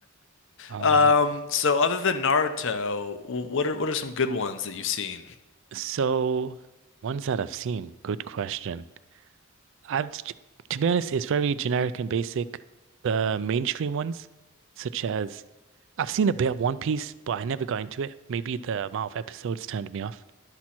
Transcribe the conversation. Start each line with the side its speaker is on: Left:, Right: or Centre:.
Right: Um,
Left: Um, so other than Naruto, wh- what are what are some good ones that you've seen?
Right: so ones that I've seen, good question. I've t- to be honest, it's very generic and basic. The mainstream ones, such as I've seen a bit of One Piece, but I never got into it. Maybe the amount of episodes turned me off.